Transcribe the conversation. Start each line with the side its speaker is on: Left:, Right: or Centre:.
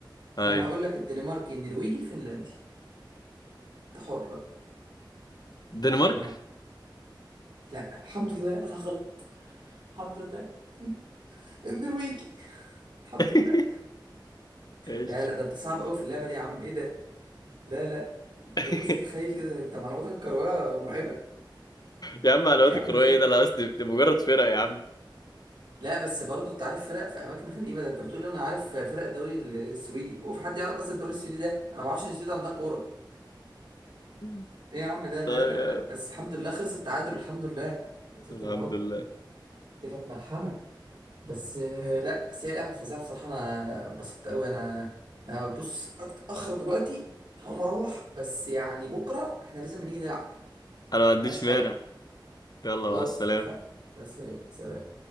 Right: فانا
Left: اي
Right: هقول لك الدنماركي النرويجي الفنلندي انت حر بقى.
Left: دنمارك
Right: آه. لا الحمد لله انا غلط الحمد لله <laughs> النرويجي <laughs> الحمد
Left: <laughs>
Right: لله
Left: ايش
Right: لا لا ده انت صعب قوي في اللعبه دي يا عم ايه ده لا لا ده
Left: <laughs>
Right: كنتش متخيل كده انت معلوماتك الكرويه مرعبه
Left: يا عم معلومات
Right: ايه يا
Left: الكرويه
Right: عم الفرق
Left: ايه ده لا بس دي دي مجرد فرقه يا عم
Right: لا بس برضه انت عارف فرق في اماكن غريبه ده انت بتقول لي انا عارف فرق الدوري السويدي وفي حد يعرف اصلا الدوري السويدي ده انا ما اعرفش ان السويد عندها كوره
Left: <laughs>
Right: ايه يا عم ده لا
Left: طيب
Right: لا
Left: يا
Right: لا
Left: عم.
Right: بس الحمد لله خلص التعادل الحمد لله يا ساتر
Left: الحمد
Right: يا رب
Left: لله
Right: دي كانت ملحمة بس آه، لا بس هي لعبة فظيعة بصراحة انا اتبسطت قوي انا انا بص اتأخر دلوقتي هقوم اروح بس يعني بكرة احنا لازم نيجي نلعب
Left: انا ما عنديش
Right: ملهاش حل
Left: مانع يلا
Right: خلاص
Left: مع السلامة
Right: اتفقنا بس ايه